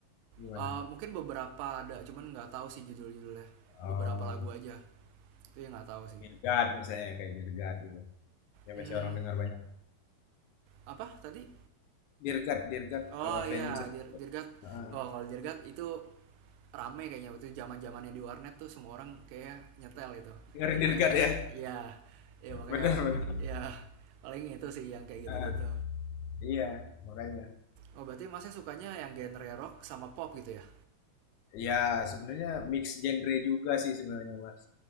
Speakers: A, on the left; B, on the right.
A: gimana?
B: Eh, mungkin beberapa ada cuman nggak tahu sih judul-judulnya
A: Oh,
B: beberapa lagu aja itu yang nggak tahu sih
A: Dirgat misalnya kayak Dirgat God gitu. Yang
B: hmm,
A: biasanya orang dengar banyak.
B: apa tadi
A: Dirgat, Dirgat
B: oh
A: kalau Avenged
B: iya
A: Sevenfold.
B: Dir- Dirgat
A: Ah,
B: oh kalau Dirgat itu rame kayaknya waktu zaman zamannya di warnet tuh semua orang kayak nyetel itu
A: dengerin
B: dirgat
A: Dear
B: ya
A: ya.
B: iya ya makanya
A: <laughs> benar-benar.
B: ya paling itu sih yang kayak gitu-gitu
A: Ah, iya, makanya.
B: oh berarti masnya sukanya yang genre rock sama pop gitu ya
A: Ya, sebenarnya mix genre juga sih sebenarnya, Mas.